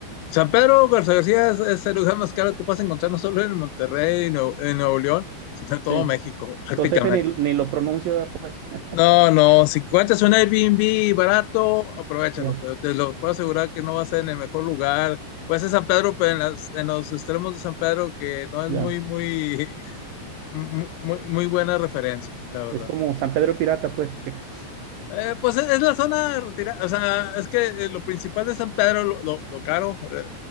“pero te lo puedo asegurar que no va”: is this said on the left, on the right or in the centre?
Left